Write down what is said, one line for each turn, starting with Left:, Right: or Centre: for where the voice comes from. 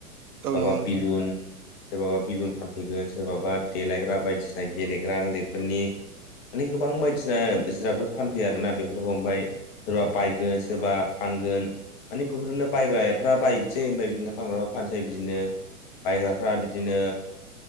Right: औ
Left: माबा
Right: नंगौ नोंथां
Left: बेलुना सोरबाबा बेलुन फानफैगोन सोरबाबा देलायग्रा बायदिसिना गेलेग्रा उन्दैफोरनि माने गोबां बायदिसिना जिरादफोर फानफैयो आरोना बेफोरखौ ओमफाय सोरबा बायगो सोरबा फानगोन। माने बेफोरनो बायग्राफ्रा बायसै ओमफ्राय बिदिनो फानग्राफ्रा फानसै बिदिनो बायग्राफ्रा बिदिनो